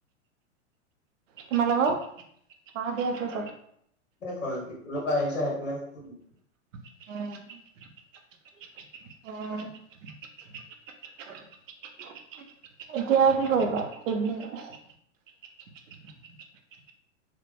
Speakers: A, on the right; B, on the left.
A: তোমাল অ দিয় <unintelligible>
B: কলে লোক কোনো বা আহিছে সেইে। <unintelligible>
A: উ উ <unintelligible> এতিয়া কি কৰিবা? এইবুলি কৈছে। <unintelligible>